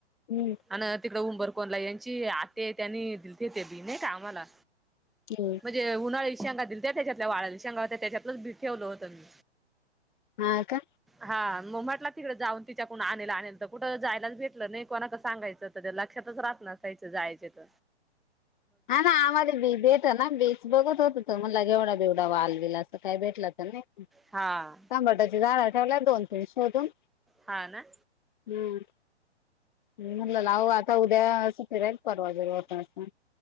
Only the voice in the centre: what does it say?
हा न तिकडं उंबरकोणला यांची आत्येय त्या नाई येतील. तिथे बी नाही का आम्हाला
म्ह जे उन्हाळी शेंगा दिलत्या तेच्यातल्या वाळल शेंगा होत्या त्याच्यातलच बी ठेवलं होत मी
हां. म म्हटलं तिकडे जाऊन तिच्या कूण आणेल आणेलं त कुठं जायलाच भेटलं नाई, कोणाक सांगायचं त ते लक्षातच राहत ना यायचं जायचे त.
हां.
हा ना.